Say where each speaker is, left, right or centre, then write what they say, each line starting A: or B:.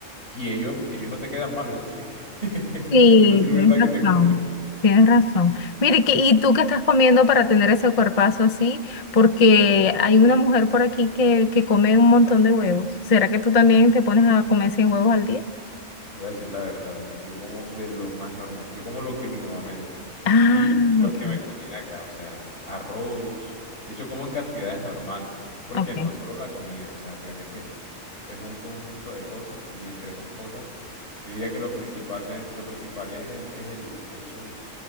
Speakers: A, on the left (about 65°); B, on the left (about 40°).
A: Y ellos, ellos no te quedan mal, ¿oíste? <laughs>
B: Sí,
A: Eso sí es
B: tienes
A: verdad que
B: razón,
A: te cumplen.
B: tienes razón. Mire, que, ¿y tú qué estás comiendo para tener ese cuerpazo así? Porque hay una mujer por aquí que, que come un montón de huevos. ¿Será que tú también te pones a comer 100 huevos al día?
A: Te voy a decir la verdad, yo como de lo más normal, yo como lo que mi mamá me dé
B: Ah,
A: y lo
B: ok,
A: que me cocina acá, o sea, arroz, de hecho como en cantidades normales, porque
B: ok,
A: no es solo la comida, o sea, créeme que es un conjunto de cosas y entre esas cosas yo diría que lo principal lo principal es el, es el, el sueño.